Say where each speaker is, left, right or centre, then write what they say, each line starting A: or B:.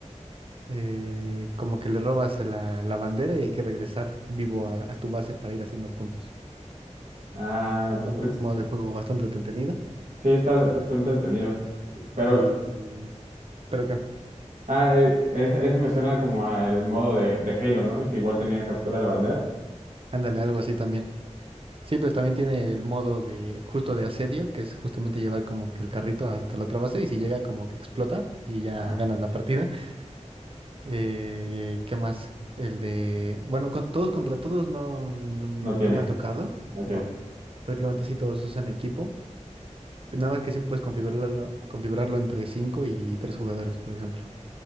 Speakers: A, on the right; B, on the right.
A: eh, como que le robas la, la bandera y hay que regresar vivo a, a tu base para ir haciendo puntos.
B: Ah,
A: Un
B: pues
A: modo de juego bastante entretenido.
B: sí, está, está entretenido. Pero,
A: Y, pero que,
B: ah, eh, ese, ese me suena como al modo de, de Halo, ¿no? Que igual tenía captura de la bandera.
A: ándale, algo así también. Sí, pero también tiene el modo de, justo de asedio, que es justamente llevar como que el carrito hasta la otra base y si llega como que explota y ya
B: Ajá.
A: ganas la partida. <laughs> Eh, ¿qué más? El de, bueno, con todos contra todos no, no, no
B: No tiene.
A: me ha tocado,
B: Ok.
A: no. Prácticamente sí todos usan equipo. Nada más que sí puedes configurarlo, configurarlo entre 5 y 3 jugadores, por ejemplo,